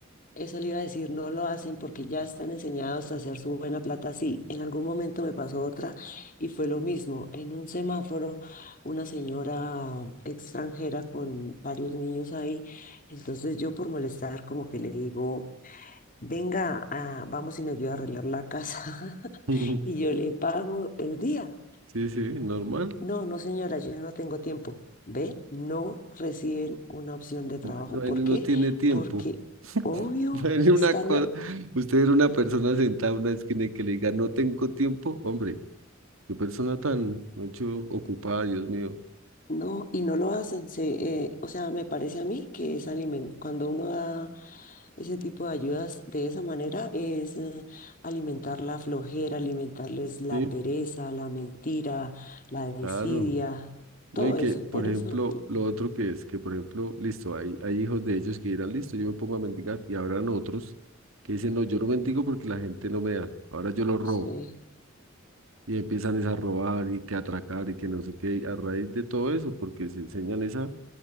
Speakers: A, on the left (about 40°); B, on the right (about 80°).
A: eso le iba a decir, no lo hacen porque ya están enseñados a hacer su buena plata así. En algún momento me pasó otra y fue lo mismo. En un semáforo, una señora extranjera con varios niños ahí, entonces yo por molestar como que le digo... Venga, ah, vamos y me ayuda a arreglar la casa
B: <laughs>
A: <laughs> y yo le pago el día.
B: Sí, sí, normal.
A: No, no, señora, yo no tengo tiempo. ¿Ve? No reciben una opción de trabajo.
B: Bueno,
A: ¿Por
B: no
A: qué?
B: tiene tiempo.
A: Porque,
B: <laughs>
A: obvio,
B: Bueno,
A: están,
B: una cosa,
A: eh,
B: usted era una persona sentada en una esquina y que le diga, no tengo tiempo, hombre, qué persona tan mucho ocupada, Dios mío.
A: no, y no lo hacen. Se, eh, o sea, me parece a mí que es alimen- cuando uno da ese tipo de ayudas de esa manera, es eh, alimentar la flojera, alimentarles la
B: Sí,
A: pereza, la mentira, la desidia,
B: claro.
A: todo
B: No, y que,
A: eso. Por
B: por ejemplo,
A: eso, mm,
B: lo
A: mm,
B: otro que es, que por ejemplo, listo, hay, hay hijos de ellos que dirán, listo, yo me pongo a mendigar, y habrán otros que dicen, no, yo no mendigo porque la gente no me da, ahora yo lo robo.
A: sí,
B: Y empiezan es a robar y que atracar y que no sé qué, a raíz de todo eso, porque se enseñan esa